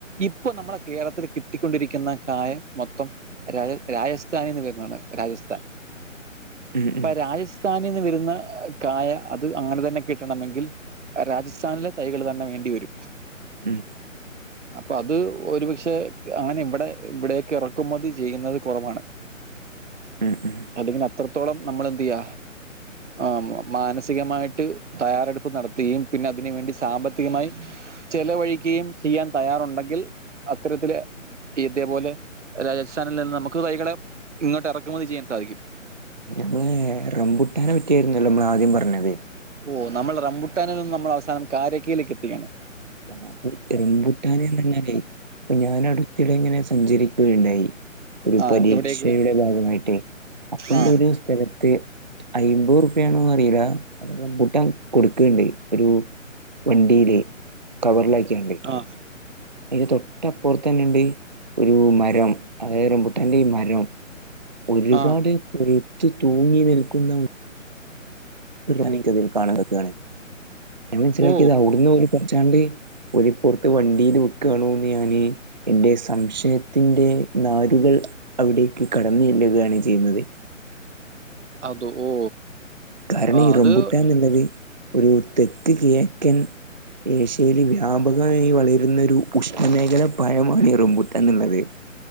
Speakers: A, on the right; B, on the right.
A: ഇപ്പൊ നമ്മള കേരളത്തിൽ കിട്ടിക്കൊണ്ടിരിക്കുന്ന കായ മൊത്തം. രാജ രാജസ്ഥാനീന്ന് വരുന്നതാണ് രാജസ്ഥാൻ
B: ഉം
A: അപ്പ
B: ഉം
A: രാജസ് സ്ഥാനിൽ നിന്ന് വരുന്ന കായ അത് അങ്ങനെ തന്നെ കിട്ടണമെങ്കിൽ. രാജസ്ഥാനിലെ തൈകള് തന്നെ വേണ്ടിിവരും.
B: ഉം
A: അപ്പൊ അത് ഒരുപക്ഷെ അങ്ങനെ ഇവിടെ ഇവിടെക്കെ ഇറക്കുമതി ചെയ്യുന്നത് കുറവാണ്.
B: ഉം ഉം
A: അത് പിന്നെ അത്രത്തോളം നമ്മള് എന്ത് യാ ആ മാനസികമായിട്ട്. തയ്യാറെടുപ്പ് നടത്തുകയും പിന്നെ അതിന് വേണ്ടി സാമ്പത്തികമായി. ചെലവഴിക്കുകയും ചെയ്യാൻ തയ്യാറുണ്ടെങ്കിൽ അത്തരത്തില്. ഇതേപോലെ രാജസ്ഥാനിൽ നിന്ന് നമുക്ക് തൈകളെ ഇങ്ങോട്ട് ഇറക്കുമതി ചെയ്യാൻ സാധിക്കും.
B: ഞമ്മള്റെബുട്ടാനെ പറ്റിയായിരുന്നല്ലോ നമ്മൾ ആദ്യം പറഞ്ഞത്.
A: ഓ നമ്മൾ റബുട്ടാനിൽ നിന്നും നമ്മൾ അവസാനം കാരക്കയിലേക്ക് എത്തികയാണ്.
B: കാപ്പ റംപുട്ടാനെന്ന് പറഞ്ഞാലേ ഇപ്പൊ ഞാൻ അടുത്തിടെ ഇങ്ങനെ സഞ്ചരിക്കുകയുണ്ടായി. ഒരു
A: ആ
B: പരീക്ഷയുടെ
A: എവിടേക്ക്
B: ഭാഗമായിട്ട് അപ്പണ്ട്
A: ആ
B: ഒരു സ്ഥലത്ത്. അമ്പത് റുപയാണോന്ന് അറിയില്ല റംമ്പൂട്ടാൻ കൊടുക്കുകയുണ്ടായി ഒരു. വണ്ടിയിലെ. കവറിലാക്കിയാണ്ട്
A: ആ
B: അതിന് തൊട്ടപ്പുറത്ത തന്നെുണ്ട് ഒരു മരം അതായത് റബുട്ടാന്റെ മരം. ഒരുപാട്
A: ആ
B: പൊഴുത്തു തൂങ്ങി നിൽക്കുന്ന എനിക്കതിൽ കാണാൻ പറ്റുവാണ് ഞാൻ മനസ്സിലാക്കിയത്
A: ഓ
B: അവിടുന്ന് ഒരു പറ്റാണ്ട്. ഒരിപ്പുറത്ത് വണ്ടിൽ വിക്കുവാണോന്ന് ഞാാന്. എന്റെ സംശയത്തിന്റെ നാരുകൾ അവിടേക്ക് കടന്നു ചെല്ലുകയാണ് ചെയ്യുന്നത്.
A: അത് ഓ
B: കാരണം
A: ആ
B: ഈ
A: അത്
B: റംബുട്ടാൻ
A: അതെ
B: എന്നുള്ളത് ഒരു തെക്ക് കിഴക്കൻ ഏഷ്യയിൽ വ്യാപകമായി വളരുന്ന ഒരു ഉഷ്ണമേഖല പഴമാണ് റംബുട്ടാൻ എന്നുള്ളത്.